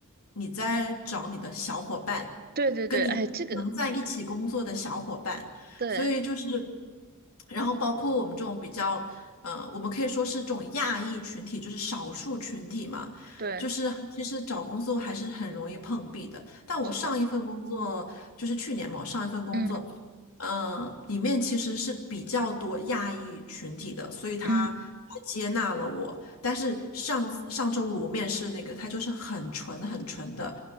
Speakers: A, on the left; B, on the right.
A: 你在找你的小伙伴，
B: 对对对，
A: 跟你能在一起工作的小伙伴。
B: 哎，这个，对
A: 所以就是，然后包括我们这种比较。嗯，我们可以说是这种亚裔群体，就是少数群体嘛，
B: 对，
A: 就是其实找工作还是很容易碰壁的。但我上一份工作就是去年嘛，
B: 是吧？
A: 我上一份工作，
B: 嗯
A: 嗯，里面其实是比较多亚裔群体的，所以他他接纳了我。
B: 嗯，
A: 但是上上周五我面试那个，他就是很纯很纯的